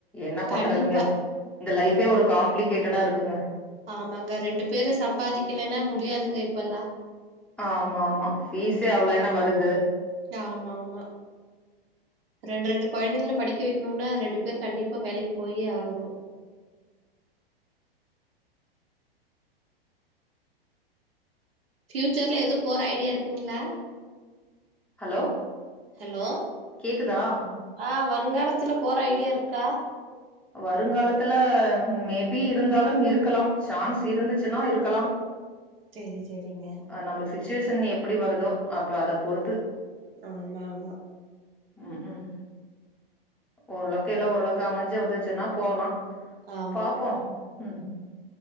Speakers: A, in the centre; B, on the right.
A: என்ன பண்றதுங்க
B: கண்டிப்பா
A: இந்த லைஃபே ஒரு காம்ப்ளிகேட்டடா இருக்குங்க
B: ஆமாங்க ரெண்டு பேரு சம்பாதிக்கலன்னா முடியாதுங்க இப்பல்லா
A: ஆமா ஆமா ஃபீஸே அவ்வளோ என்ன வருது
B: ஆமா ஆமா ரெண்டு ரெண்டு கொழந்தைங்கள படிக்க வைக்கணும்னா ரெண்டு பேர் கண்டிப்பா வேலக்கு போயே ஆகணு ஃபியூச்சர்ல எது போற ஐடியா இருக்குங்களா
A: ஹலோ
B: ஹலோ
A: கேக்குதா
B: ஆஹ் வருங்காலத்துல போற ஐடியா இருக்கா
A: வருங்காலத்துல மேபி இருந்தாலும் இருக்கலாம் சான்ஸ் இருந்துச்சுன்னா இருக்கலாம்
B: சேரி சேரிங்க
A: ஆஹ் நம்மளுக்கு சிச்சுவேஷன் எப்டி வருதோ அப்ப அத பொறுத்து
B: ஆமா ஆமா
A: ம் ம் ஓரளவுக்கு எல்லா ஓரளவுக்கு எல்லா அமஞ்சு வந்துச்சுன்னா போலா
B: ஆமா
A: பாப்போ ம்